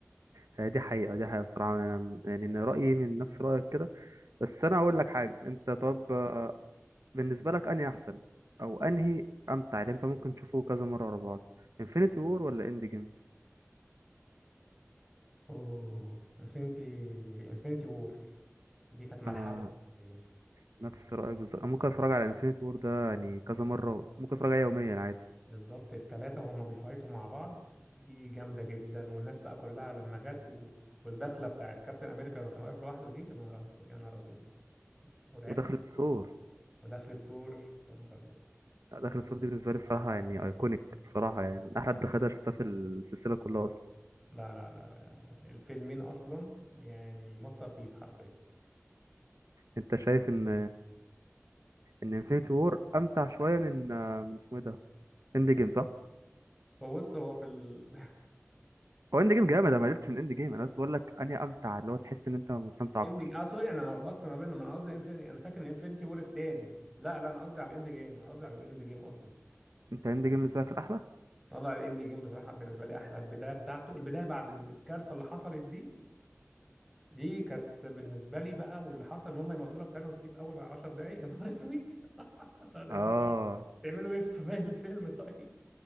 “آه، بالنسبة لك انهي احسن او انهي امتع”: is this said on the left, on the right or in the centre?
Right